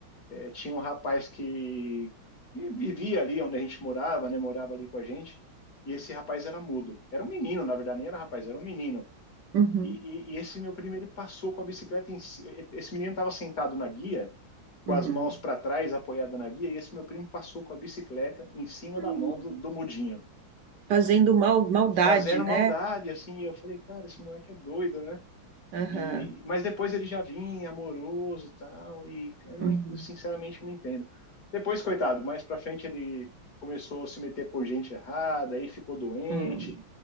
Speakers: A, on the left; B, on the right.
A: é, tinha um rapaz que, que vivia ali onde a gente morava, né? Morava ali com a gente. E esse rapaz era mudo. Era um menino, na verdade, nem era rapaz, era um menino.
B: Uhum,
A: E, e- e esse meu primo, ele passou com a bicicleta em si. ele- Esse menino estava sentado na guia, com
B: uhum.
A: as mãos para trás, apoiada na guia, e esse meu primo passou com a bicicleta em cima
B: Hum,
A: da mão do, do mudinho,
B: Fazendo mal, maldade,
A: fazendo
B: né?
A: maldade, assim. E eu falei, cara, esse moleque é doido, né?
B: Aham,
A: E, mas depois ele já vinha amoroso e tal, e eu não,
B: uhum,
A: eu sinceramente não entendo. Depois, coitado, mais pra frente ele começou a se meter por gente errada, aí ficou doente.
B: hum.